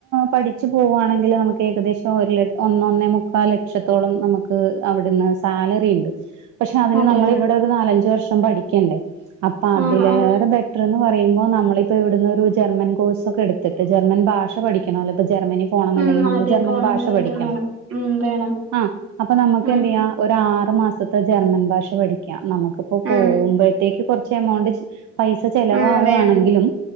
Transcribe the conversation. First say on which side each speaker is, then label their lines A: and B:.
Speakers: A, on the right; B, on the right.
A: പഠിച്ചു പോവാണെങ്കിൽ നമുക്ക് ഏകദേശം ഒരു ല ഒന്നൊന്നെമു ക്കാൽ ലക്ഷത്തോളം നമുക്ക് അവിടുന്ന് സാലറി ഇണ്ട് പക്ഷേ അതിന്
B: അതെയോ
A: നമ്മൾ ഇവിടെ ഒരു നാലഞ്ച് വർഷം പഠിക്കണ്ടേ അപ്പ അതിലേറെ
B: ആഹ് ആഹ്
A: ബെ റ്റർ പറയുമ്പോ നമ്മളിപ്പോ ഇവിടുന്നു ഒരു ജർമ്മൻ കോഴ്സ് ഒക്കെ എടുത്തിട്ട് ജർമ്മൻ ഭാഷ പഠി ക്കണോലോ ഇപ്പോ ജർമ്മനി പോണം എന്നുണ്ടെങ്കി
B: ഉം
A: നമ്മള്
B: അതെ
A: ജർമ്മൻ
B: പോണം
A: ഭാഷ പഠിക്കണം.
B: അത് വേണം ഉം വേണം
A: ആഹ് അപ്പോ നമ്മുക്ക്
B: ഉം
A: എന്തെ യ്യാം ഒരാറ് മാസത്തെ ജർമ്മെൻ ഭാഷ പഠിക്കാ നമുക്ക്പ്പോ പോവ്മ്പഴത്തേക്ക്
B: ആഹ്
A: കൊറ ച്ചെമൗണ്ട് പൈസ ചെലവാവാണെങ്കിലും
B: ആഹ് വേണം